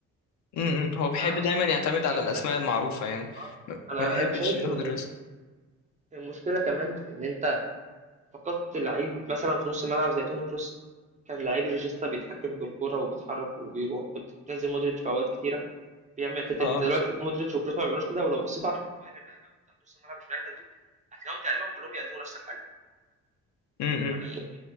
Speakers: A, on the left; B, on the right.
A: م- م. هو بيحب
B: فاظن
A: دايما يعتمد
B: ان احنا محتاجين
A: على الاسماء
B: مدرب
A: المعروفة يعني
B: اه
A: ما
B: انا
A: ما بيحبش
B: انا شايف
A: ياخد
B: ان
A: الريسك
B: المشكله كمان في ان انت فقدت لعيب مثلا في نص الملعب زي توني كروس كان لعيب ريجيستا بيتحكم بالكوره وبيتحرك وبيروح كنت بتنزل مودريتش في اوقات كتيره بيعمل الحته
A: اه
B: دي انت
A: بالظبط
B: دلوقتي مودريتش وكروس ما بيعملوش كده ولو بصيت على بروفايل اللعيبه بتاع نص الملعب في ريال مدريد هتلاقيهم تقريبا كلهم بيقدموا نفس الحاجه
A: م-
B: يعني
A: م.